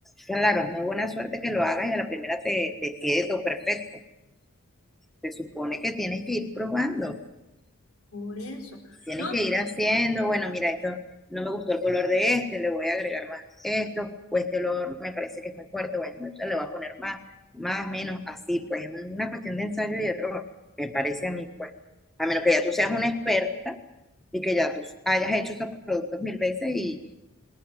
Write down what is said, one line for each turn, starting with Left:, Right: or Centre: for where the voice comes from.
Centre: claro, es muy buena suerte que lo hagas y a la primera te, te quede todo perfecto. Se supone que tienes que ir probando,
Left: Por eso.
Centre: tienes
Left: No,
Centre: que ir haciendo, bueno, mira, esto no me gustó el color de este, le voy a agregar más esto, o este olor me parece que es muy fuerte, bueno, ya le voy a poner más, más, menos, así, pues es una cuestión de ensayo y error, me parece a mí, pues. A menos que ya tú seas una experta y que ya tú hayas hecho esos productos mil veces y